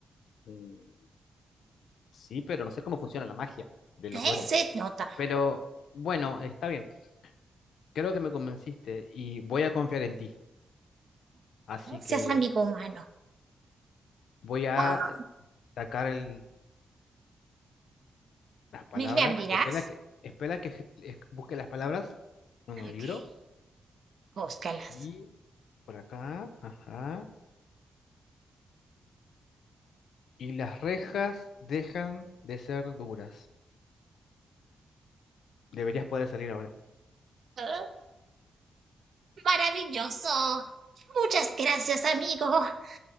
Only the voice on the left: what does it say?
Mm, Sí, pero no sé cómo funciona la magia de
los duendes.
Pero bueno, está bien. Creo que me convenciste y voy a confiar en ti. Así que
voy a
sacar el- las palabras.
Espera que, espera que je- es- busque las palabras en
el libro.
Aquí, por acá, ajá. Y las rejas dejan de ser duras. Deberías poder salir ahora.